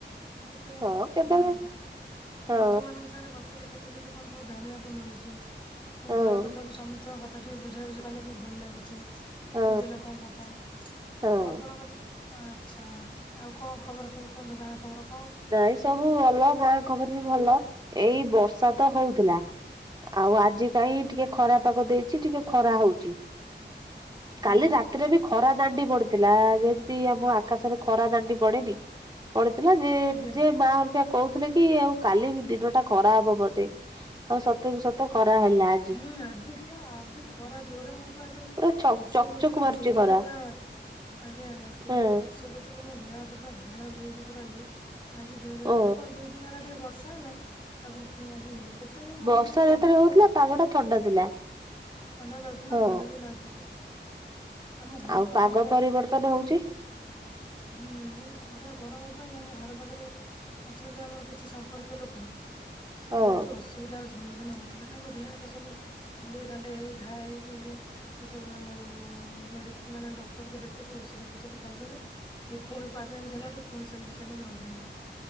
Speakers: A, on the left; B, on the right.
A: ଯେତେ
B: ହଁ କେତେବେଳେ
A: ସାନ୍ ବ
B: ହଁ
A: ବନ୍ଧୁ ମାନଙ୍କ ସାଙ୍ଗରେ ଗପିଲେ କେତେ କେତେ କଣ ସବୁ ଜାଣିବାକୁ ମିଳୁଛି, ସବୁ
B: ହଁ
A: ଘର କଥା ବି ସମିସ୍ କ କଥା ଟିକେ ବୁଝା ବୁଝି କଲେ ବି ଭଲ ଲାଗୁଛି।
B: ହଁ
A: ନିଜ ଲୋକଙ୍କ କଥା।
B: ହଁ
A: ଆଉ ଆପଣଙ୍କ ଆଚ୍ଛା, ଆଉ କଣ ଖବର ସବୁ କୁହନ୍ତୁ ଗାଁ ଖବର କଣ?
B: ନାଇଁ ସବୁ ଭଲ, ଗାଁ ଖବର ବି ଭଲ। ଏଇ ବର୍ଷା ତ ହଉଥିଲା। ଆଉ ଆଜି କାଇଁ ଟିକେ ଖରା ପାଗ ଦେଇଛି ଟିକେ ଖରା ହଉଛି।
A: ଆଜ୍ଞା
B: କାଲି ରାତିରେ ବି ଖରା ଦାଣ୍ଡି ପଡିଥିଲା ଯେମତି ଆମ ଆକାଶରେ ଖ ଖରା ଦାଣ୍ଡି ପଡେନି? ପଡ଼ିଥିଲା ଯେ
A: ଆଜ୍ଞା।
B: ଯେ ମା ହେରିକା କହୁଥିଲେ କି ଆଉ କାଲି ବି ଦିନ ଟା ଖରା ହେବ ବୋଧେ। ହଁ, ସତ କୁ ସତ ଖରା ହେଲା ଆଜି।
A: ହୁଁ, ଆଜି ପୁରା ଆଜି ଖରା ଜୋରେ। ମୁଁ ପା ଏବେ
B: ପୁରା ଚକ
A: ରୋଷେଇ କରୁଥିଲି
B: ଚକ ମାରୁଛି
A: ଚୁଲି
B: ଖରା।
A: ରେ ପରା, ଆଜ୍ଞା ଆଜ୍ଞା ଚୁଲିରେ
B: ହଁ
A: ରୋଷେଇ କରୁ ଥିଲି ମୋ ଦେହ ହାତ ପୁରା ଝାଳ ବୋହିକି ପୁରା ଇଏ। ଆଜି ଜୋରରେ
B: ଓ
A: ଏବେ କଣ ଦି ଦିନ ହେଲା ଟିକେ ବର୍ଷା ହେଲା ତାପରେ ପୁଣି ଆଜି ଇଏ। କେତେବେଳେ ମୌସୁମୀ
B: ବର୍ଷା
A: ବଦଳି
B: ଯେତେବେଳେ ହଉଥିଲା
A: ଯାଉଛି।
B: ପାଗ ଥଣ୍ଡା ଥିଲା।
A: ଥଣ୍ଡା ଲାଗୁଥିଲା
B: ହଁ।
A: ଭଲ ବି ଲାଗୁଥିଲା। ଆମ ଘର
B: ଆଉ
A: ପାଖରେ
B: ପାଗ
A: ପା
B: ପରିବର୍ତ୍ତନ
A: ଏଠି
B: ହଉଛି
A: ହୁଁ, ଏ ଖରା ଗରମ ପାଇଁ ଆମ ଘର ପାଖରେ ଅଛନ୍ତି ଆମର କିଛି ସମ୍ପର୍କୀୟ ଲୋକ। ସେ
B: ହଁ।
A: ବହୁତ ଅସୁବିଧାର ସମ୍ମୁଖୀନ ହଉଥିଲେ ତାଙ୍କ ଦେହ ହାତ୍ ଉ କୁଣ୍ଡେଇ କାଣ୍ଡେଇ ହେଇ ଘା ହେଇକି ଇଏ ସେ ସବୁ-ଉ-ଉ-ଉ-ଉ ମେଡିସ୍ ମାନେ ଡକ୍ଟରକୁ ଦେଖେଇ ସବୁ ଔଷଧ ଫୋଷଧ ଖାଉଛନ୍ତି। ଏଇ ଫୁଣି ପାଗ ଏମିତି ହେଲାଠୁ ଫୁଣି ସେମିତି ସେମାନେ ହଉଛନ୍ତିି।